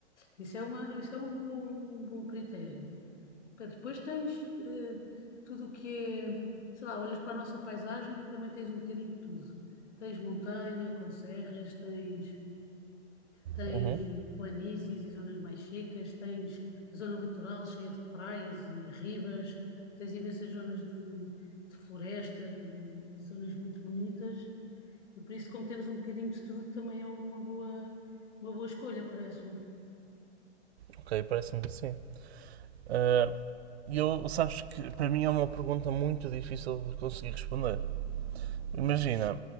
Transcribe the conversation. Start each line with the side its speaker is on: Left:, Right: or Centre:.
Left: Isso é uma, isso é um bom, um bom critério. Pá, Depois tens eh, tudo o que é, sei lá, olhas para a nossa paisagem e também tens um bocadinho de tudo. Tens montanha com serras, tens, tens
Right: Uhum.
Left: eh, planícies e zonas mais secas, tens zona litoral cheia de praias e ribas, tens imensas zonas de, de floresta e zonas muito bonitas. E por isso, como temos um bocadinho de tudo, também é uma boa, uma boa escolha, parece-me.
Right: Ok, parece-me que sim. Eh, eu, sabes que para mim é uma pergunta muito difícil de conseguir responder. Imagina,